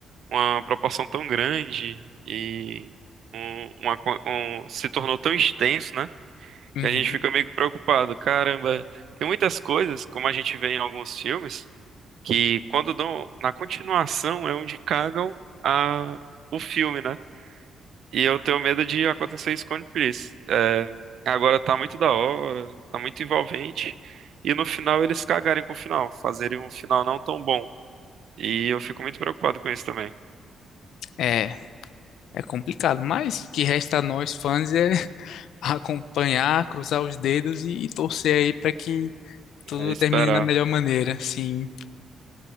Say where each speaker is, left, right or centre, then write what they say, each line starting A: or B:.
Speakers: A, on the right; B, on the left.
A: uma proporção tão grande e um, uma co- um- se tornou tão extenso, né?
B: Uhum.
A: que a gente fica meio que preocupado. Caramba, tem muitas coisas, como a gente vê em alguns filmes, que quando dão na continuação é onde cagam a, o filme, né? E eu tenho medo de acontecer isso com One Piece. É, agora tá muito da hora, tá muito envolvente, e no final eles cagarem com o final, fazerem um final não tão bom. E eu fico muito preocupado com isso também.
B: É, é complicado, mas o que resta a nós fãs é <laughs> acompanhar, cruzar os dedos e, e torcer aí para que tudo
A: É, esperar.
B: termine da melhor maneira. Sim,